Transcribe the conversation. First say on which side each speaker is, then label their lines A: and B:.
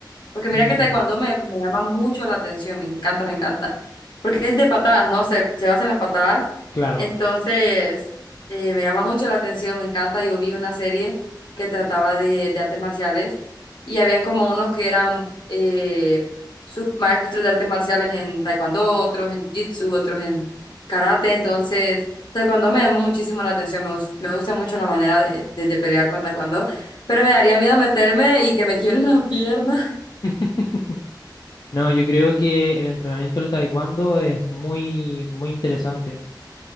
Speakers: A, on the left (about 70°); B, on the left (about 55°).
A: Porque mira
B: Mm,
A: que taekwondo me, me llama mucho la atención, me encanta, me encanta. Porque es de patadas, ¿no? Se, se basa en las patadas.
B: claro.
A: Entonces, eh, me llama mucho la atención, me encanta. Yo vi una serie que trataba de, de artes marciales y habían como unos que eran eh, submaestros de artes marciales en taekwondo, otros en jiu-jitsu, otros en karate. Entonces, taekwondo me llamó muchísimo la atención, me, gus- me gusta mucho la manera de, de de pelear con taekwondo, pero me daría miedo meterme y que me quiebren las piernas.
B: <laughs> No, yo creo que el entrenamiento del taekwondo es muy, muy interesante.